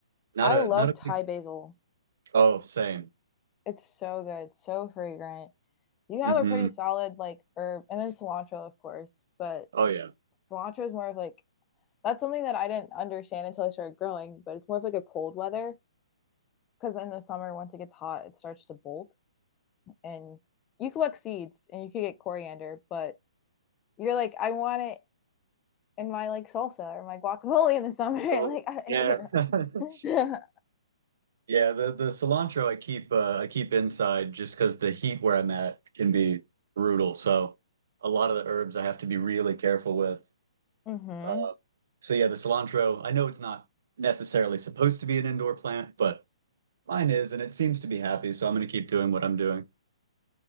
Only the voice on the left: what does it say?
I
love
Thai
basil.
It's so good, so fragrant. you have
a pretty solid like herb and then cilantro of course but
cilantro is more of like that's something that i didn't understand until i started growing but it's more of like a cold weather because in the summer once it gets hot it starts to bolt and you collect seeds and you could get coriander but you're like i want it in my like salsa or my guacamole in the summer <laughs>
like I,
you know
<laughs> mm-hmm.